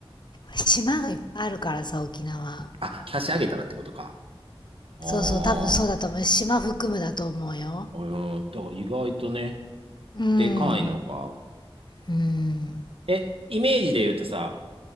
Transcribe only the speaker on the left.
島がいっぱいあるからさ、沖縄。
そうそう、多分そうだと思う。島含むだと思うよ。
うん。
うん。